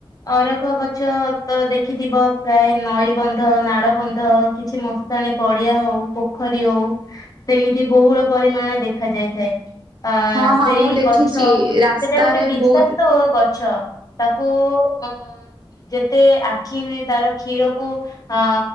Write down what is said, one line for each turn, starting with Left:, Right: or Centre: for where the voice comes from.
Left: ଅରଖ ଗଛ ତ ଦେଖ ଦେଖିଥିବ ପ୍ରାୟ ନଈ ବନ୍ଧ, ନାଳ ବନ୍ଧ କିଛି ମଶାଣିୀ ପଡିଆ ହଉ ପୋଖରୀ ହଉ ସେଇଠି ବହୁଳ ପରିମାଣରେ ଦେଖା ଯାଇଥାଏ। ଆଁ
Right: ହଁ ହଁ
Left: ସେଇ
Right: ମୁଁ ଦେଖିଛି
Left: ଗଛ।
Right: ରାସ୍ତାରେ
Left: ସେଟା ଗୋଟେ ବିଶ୍ଵାକ୍ତ
Right: ବହୁତ
Left: ଗଛ। ତାକୁ ଅ ଯେତେ ଆଖି ତାର କ୍ଷୀରକୁ ଅ